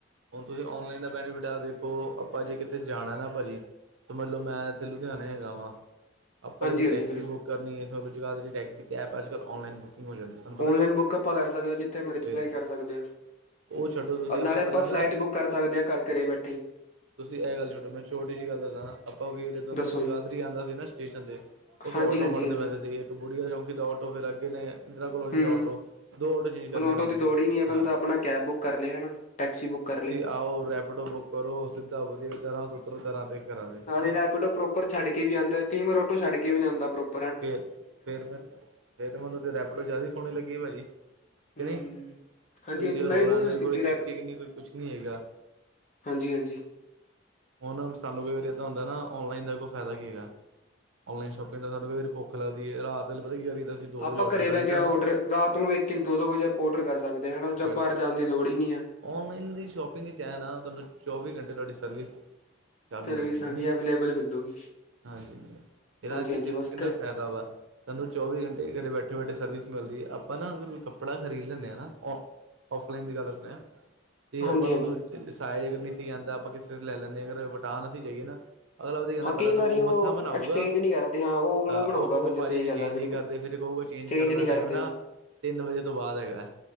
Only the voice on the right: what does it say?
ਹੁਣ ਤੁਸੀਂ ਔਨਲਾਈਨ ਦਾ ਬੈਨੀਫਿਟ ਆ ਦੇਖੋ, ਆਪਾਂ ਜੇ ਕਿਤੇ ਜਾਣਾ ਨਾ ਭਾਜੀ ਸਮਝ ਲੋ, ਮੈਂ ਇੱਥੇ ਲੁਧਿਆਣੇ ਹੈਗਾ ਵਾਂ ਆਪਾਂ
ਜਦੋ ਕੋਈ ਟੈਕਸੀ
ਬੁੱਕ ਕਰਨੀ ਏ, ਸਗੋ ਜਗਾਧਰੀ ਟੈਕਸੀ ਐਪ, ਅੱਜ ਕੱਲ ਔਨਲਾਈਨ ਬੁਕਿੰਗ ਹੋ ਜਾਂਦੀ। ਤੁਹਾਨੂੰ
ਪਤਾ
ਫਿਰ
ਉਹ ਛੱਡੋ ਤੁਸੀਂ
ਪਹਿਲਾਂ
ਨਾ
ਤੁਸੀਂ ਇਹ ਗੱਲ ਛੱਡੋ, ਮੈਂ ਛੋਟੀ ਜਿਹੀ ਗਲ ਦੱਸਦਾਂ ਹਾਂ, ਆਪਾਂ ਵੀਰ ਏਦਾਂ, ਮੈਂ
ਜਗਾਧਰੀ
ਆਉਂਦਾ ਸੀ ਨਾ ਸਟੇਸ਼ਨ ਤੇ ਉਥੋਂ
ਆਟੋ ਫੜਨੇ ਪੈਂਦੇ ਸੀਗੇ ਬੁੜੀਆ ਚੌਂਕੀ ਦਾ ਔਟੋ, ਫਿਰ ਅੱਗੇ ਨੇ ਇੰਧਰਾ ਕੋਲੋਂਨੀ
ਦਾ ਔਂਟੋ ਦੋ ਔਂਟੋ ਚੇਂਜ ਕਰਨੇ
ਪੈਂਦੇ
ਸੀ
ਹਾਂ
ਆਹੋ, ਰੈਪਿਡੋ ਬੁੱਕ ਕਰੋ, ਸਿੱਧਾ ਵਧੀਆ, ਦਰਾਂ ਤੇ ਉਤਰੋਂ, ਦਰਾਂ ਦੇ। ਘਰਾਂ
ਨਹੀਂ
ਫੇਰ, ਫੇਰ- ਫੇਰ ਤੇ, ਮੈਨੂੰ ਤੇ ਰੈਪਡੋ ਜ਼ਿਆਦਾ ਹੀ ਸੋਹਣੀ ਲੱਗੀ ਭਾਜੀ।
ਕਿ ਨਹੀਂ?
ਕੋਈ ਜੇ
ਰੌਲਾ
ਨਹੀਂ,
ਕੋਈ ਚਿਕ ਚਿਕ ਨਹੀਂ, ਕੋਈ ਕੁਛ ਨਹੀਂ ਹੈਗਾ।
ਹੁਣ ਸਾਨੂੰ ਕਈ ਵਾਰੀ ਏਦਾਂ ਹੁੰਦਾ ਨਾ, ਔਨਲਾਈਨ ਦਾ ਕੋਈ ਫਾਇਦਾ ਕੀ ਹੈਗਾ! ਔਨਲਾਈਨ ਸ਼ੋਪਿੰਗ ਦਾ, ਸਾਨੂੰ ਕਈ ਵਾਰੀ ਭੁੱਖ ਲੱਗਦੀ ਐ, ਰਾਤ ਨੂੰ ਪਤਾ ਕੀ ਕਰੀ ਦਾ ਅਸੀਂ ਦੋਜ
ਔਡਰ
ਕਰ
ਲਈਦਾ
ਫਿਰ
ਔਨਲਾਈਨ ਦੀ ਸ਼ੋਪਿੰਗ ਚ ਆ ਨਾ ਤੁਹਾਨੂੰ ਚੌਵੀ ਘੰਟੇ ਤੁਹਾਡੀ ਸਰਵਿਸ ਚਾਲੂ
ਹੈਗੀ
ਕਿ ਨਹੀਂ
ਹਾਂਜੀ ਇਹ਼
ਚੀਜ ਦੇਖੋ
ਕਿੰਨਾ
ਫਾਇਦਾ ਵਾ ਤੁਹਾਨੂੰ ਚੌਵੀ ਘੰਟੇ ਅਤੇ ਘਰੇ ਬੈਠੇ, ਬੈਠੇ ਸਰਵਿਸ ਮਿਲਦੀ ਹੈ, ਆਪਾਂ ਨਾ ਅਗਰ ਕੋਈੱ ਕਪੜਾ ਖਰੀਦ ਲੈਂਦੇ ਹਾਂ ਨਾ ਔਫਲਾਈਨ ਦੀ ਗੱਲ ਦੱਸਣੇ ਹਾਂ ਤੇ
ਆਪਾਂ ਨੂੰ ਤੇ ਸਾਇਜ ਅਗਰ ਨਹੀਂ ਸੀ ਆਂਦਾ ਆਪਾਂ ਕਿਸੇ ਲੈ ਲੈਂਦੇ ਹਾਂ ਅਗਰ ਵਟਾਨ ਵਾਸਤੇ ਜਾਈਏ ਨਾ ਅਗਲਾ ਵਾ ਕਹਿੰਦਾ
ਪਹਿਲਾਂ
ਤੂੰ
ਮੂੰਹ
ਮੱਥਾ ਬਨਾਊਗਾ
ਹਾਂ
ਉਹ ਕਹੇਗਾ
ਭਾਜੀ
ਅਸੀਂ
ਚੇਂਜਨ
ਨਹੀਂ
ਕਰਦੇ ਫੇਰ ਕਹੂਗਾ ਚੇਂਜ ਕਰਨ
ਦਾ
ਟਾਈਮ ਨਾ
ਤਿੰਨ ਵਜੇ ਤੋਂ ਬਾਅਦ ਹੈਗਾ।